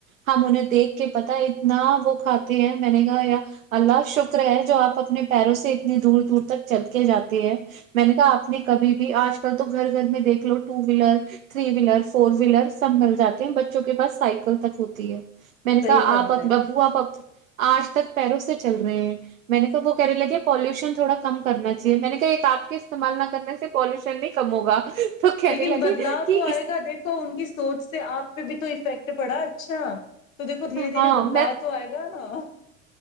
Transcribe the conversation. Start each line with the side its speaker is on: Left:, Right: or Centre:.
Right: ہم انہیں دیکھ کے پتا اتنا وہ کھاتے ہیں میں نے کہا یا اللہ شکر ہے جو آپ اپنے پیروں سے اتنی دور دور تک چل کے جاتے ہیں میں نے کہا آپ نے کبھی بھی آج کل تو گھر گھر میں دیکھ لو two wheeler three wheeler four wheeler سب مل جاتے ہیں بچوں کے پاس سائیکل تک ہوتی ہے میں نے
Left: صحیح
Right: کہا
Left: فرمایا
Right: آپ ببو آپب آج تک پیروں سے چل رہے ہیں میں نے کہا وہ کہنے لگے پالوشن تھوڑا کم کرنا چاہیے میں نے کہا ایک آپ کے استعمال نہ کرنے سے پالوشن نہیں کم ہوگا تو کہنے
Left: لیکن
Right: لگے
Left: بدلاؤ
Right: کہ
Left: تو
Right: اس
Left: آئے گا دیکھو ان کی سوچ سے آپ پہ بھی تو اس فیکٹ پڑا اچھا تو دیکو دھیرے دھیرے
Right: ہاں
Left: بدلاؤ
Right: میں
Left: تو آئے گا نا